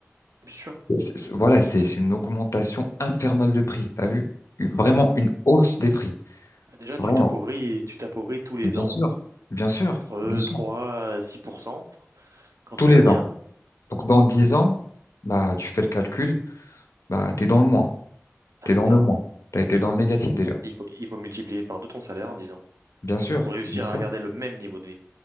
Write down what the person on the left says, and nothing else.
C'est- c'est- c'est- voilà, c'est c'est une augmentation infernale de prix. T'as vu? Une- Vraiment une hausse des prix.
Vraiment.
Et bien
sûr, bien sûr,
bien sûr.
Tous
les
ans. Donc dans 10 ans, bah tu fais le calcul, bah t'es dans le moins.
T'es
dans
le moins. T'as été dans le négatif déjà.
Bien sûr,
bien sûr,